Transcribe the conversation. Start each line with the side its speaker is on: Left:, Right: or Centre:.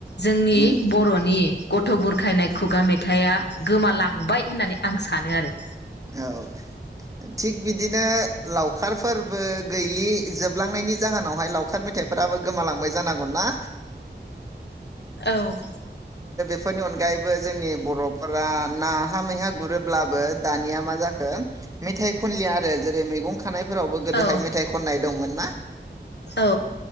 Left: जोंनि
Right: उम
Left: बर'नि गथ' बुरखायनाय खुगा मेथाइआ गोमालांबाय होननानै आं सानो आरो
Right: औ थिग बिदिनो लावखारफोरबो गैलि जोबलांनायनि जाहोनावहाय लावखार मेथाइफोराबो गोमालांबाय जानांगौ ना
Left: औ
Right: बे फोरनि अनगायैबो जोंनि बर'फोरा नाहा मैहा गुरोब्लाबो दानिया मा जाखो मेथाइ खनलिया आरो जेरै मैगं खानायफोरावबो गोदोहाय
Left: औ
Right: मेथाइ खननाय दंमोन ना
Left: औ